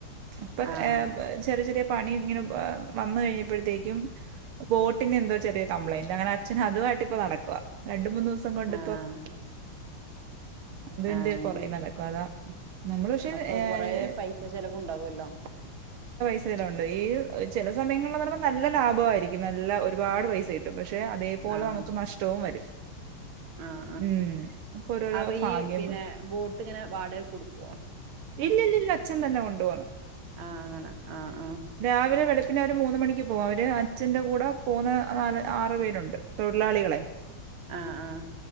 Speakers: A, on the right (about 85°); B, on the right (about 75°).
A: ഇപ്പൊ
B: ആഹ് ആഹ്
A: ചെറിയ ചെറിയ പണി ഇങ്ങനെ വന്നു കഴിഞ്ഞപ്പോഴത്തേക്കും ബോട്ടിന് എന്തോ ചെറിയ കംപ്ലയിന്റ് അങ്ങനെ അച്ഛൻ അതുമായിട്ട് ഇപ്പ നടക്കുവ രണ്ട മൂന്ന് ദിവസം കൊണ്ട്
B: ആഹ്
A: അത്ണ്ട്
B: ആഹ്
A: കൊറേ നടക്കും അതാ നമ്മള് പക്ഷെ
B: അപ്പൊ
A: ഏഹ്
B: കൊറെ പൈസ ചെലവും ഉണ്ടാവല്ലോ
A: ചെലവൺ ചില സമയങ്ങള പറയുമ നല്ല ലാഭമായിരിക്കും നല്ല ഒരുപാട് പൈസ കിട്ടും പക്ഷെ അതേപോലെ
B: ആഹ്
A: നമുക്ക് നഷ്ടവും വരും
B: ആ
A: ഉം ഒക്കെ ഓരോരോ
B: അപ്പൊ
A: ഭാഗ്യം
B: ഈ പിന്നെ ബോട്ട്ങ്ങനെ വാടക കൊടുക്കുവോ
A: ഇല്ലല്ലല്ല അച്ഛൻ തന്നെ കൊണ്ടു പൊന്ന്
B: ആഹ് അങ്ങനെ ആഹ് ആഹ്
A: രാവിലെ വെളുപ്പിന മൂന്ന് മണിക്ക് പോവു അവര് അച്ഛന്റെ കൂടെ പോകുന്ന നാല് ആറു പേരുണ്ട് തൊഴിലാളികളെ
B: ആഹ് ആഹ്